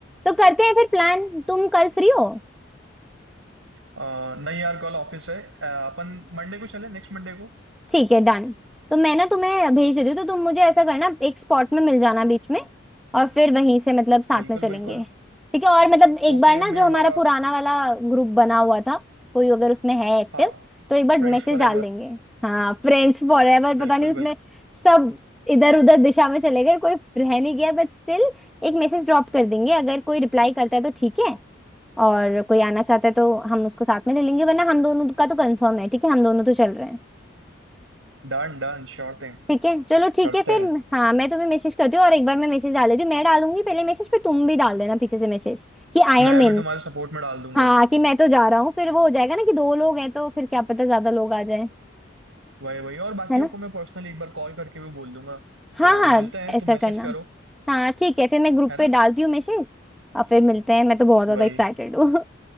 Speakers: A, in the centre; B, on the right.
A: तो करते हैं फिर प्लान तुम कल फ्री हो
B: अ, नहीं यार कल ऑफिस है अ, अपन मंडे को चले नेक्स्ट मंडे को
A: ठीक है डन तो मैं ना तुम्हें भेज देती हूँ तो तुम मुझे ऐसा करना एक स्पॉट में मिल जाना बीच में और फिर वहीं से मतलब साथ
B: बिल्कुल
A: में चलेंगे
B: बिल्कुल
A: ठीक है और मतलब एक
B: ओके
A: बार ना
B: मैं
A: जो
B: हमारा
A: हमारा पुराना वाला ग्रुप बना हुआ था कोई अगर उसमें है एक्टिव
B: हाँ
A: तो एक बार
B: फ्रेंड्स
A: मैसेज
B: फॉर
A: डाल
B: एवर
A: देंगे हाँ फ्रेंड्स फॉर एवर
B: बिल्कुल
A: पता नहीं उसमें
B: बिल्कुल
A: सब इधर उधर दिशा में चले गए कोई रह नहीं गया बट स्टिल एक मैसेज ड्रॉप कर देंगे अगर कोई रिप्लाई करता है तो ठीक है और कोई आना चाहता है तो हम उसको साथ में ले लेंगे वरना हम दोनों का तो कंफर्म है ठीक है हम दोनों तो चल रहे हैं
B: Done done sure thing
A: ठीक है चलो ठीक
B: करते
A: है फिर
B: हैं
A: हाँ मैं तुम्हें मैसेज करती हूँ और एक बार मैं मैसेज डाल देती हूँ मैं डालूंगी पहले मैसेज फिर तुम भी डाल देना पीछे से मैसेज कि आई एम
B: मैं
A: इन
B: भी तुम्हारे सपोर्ट में डाल दूंगा
A: हाँ कि मैं तो जा रहा हूँ फिर वो हो जाएगा ना कि दो लोग हैं तो फिर क्या पता ज्यादा लोग आ जाए
B: वही वही और बाकियों
A: है ना
B: को मैं पर्सनली एक बार कॉल करके भी बोल दूंगा
A: हाँ
B: तो
A: हाँ
B: मिलते हैं
A: ऐसा
B: तुम मैसेज
A: करना
B: करो
A: हाँ ठीक है फिर मैं ग्रुप
B: है ना
A: पे डालती हूँ मैसेज और फिर मिलते हैं मैं तो बहुत
B: वही
A: ज्यादा एक्साइटेड हूँ